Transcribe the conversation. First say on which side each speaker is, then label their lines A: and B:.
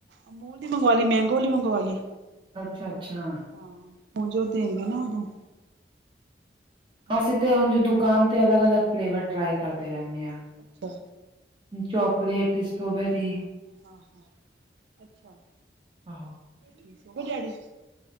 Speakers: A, on the right; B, on the right.
A: ਅਮੂਲ ਦੀ ਮੰਗਵਾਲੀ, ਮੈਂਗੋ ਵਾਲੀ ਮੰਗਵਾਲੀ
B: ਅੱਛਾ-ਅੱਛਾ।
A: ਹਾਂ, ਹੁਣ ਜੋ ਦੇਣਗੇ ਨਾ ਉਦੋਂ ਹਾਂ
B: ਅਸੀਂ ਤੇ ਉਂਝ ਦੁਕਾਨ ਤੇ ਅਲੱਗ-ਅਲੱਗ ਫਲੇਵਰ ਟ੍ਰਾਈ ਕਰਦੇ ਰਹਿੰਨੇ।
A: ਅੱਛਾ
B: ਚੌਕਲੇਟ ਸਟ੍ਰੋਬੇਰੀ
A: ਹਾਂ ਹਾਂ ਅੱਛਾ
B: ਆਹੋ
A: ਠੀਕ ਹੋ ਗਏ ਡੈਡੀ